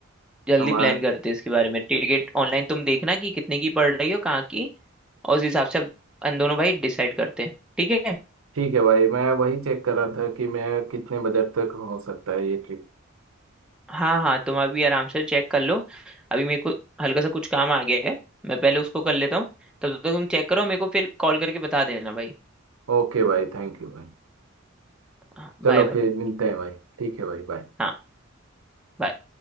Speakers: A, in the centre; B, on the right.
A: जल्दी
B: हमारा
A: प्लान करते हैं इसके बारे में टिकट ऑनलाइन तुम देखना कि कितने की पड़ रही हो कहाँ की और उस हिसाब से अब हम दोनों भाई डिसाइड करते हैं ठीक है
B: ठीक है भाई मैं वही चेक कर रहा था कि मैं कितने बजट तक हो सकता है ये ट्रिप
A: हाँ हाँ तुम अभी आराम से चेक कर लो अभी मेरे को हल्का सा कुछ काम आ गया है मैं पहले उसको कर लेता हूँ तब तक तुम चेक करो मेरे को फिर कॉल करके बता देना भाई
B: ओके भाई थैंक यू भाई
A: हाँ, बाय
B: चलो
A: बाय
B: फिर मिलते हैं भाई ठीक है भाई बाय
A: हाँ bye।